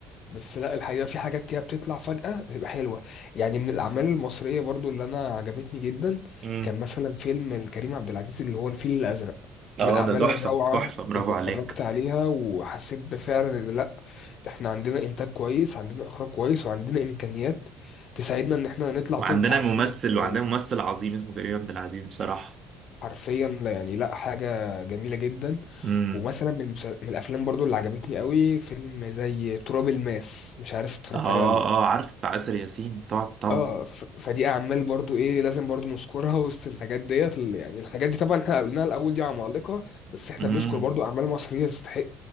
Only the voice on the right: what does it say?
امم
اه
ده تحفه
تحفه برافو
عليك
وعندنا
ممثل
وعندنا ممثل عظيم اسمه كريم عبد العزيز بصراحة
امم
اه
اه عارف بتاع آسر ياسين طبعا طبعا
امم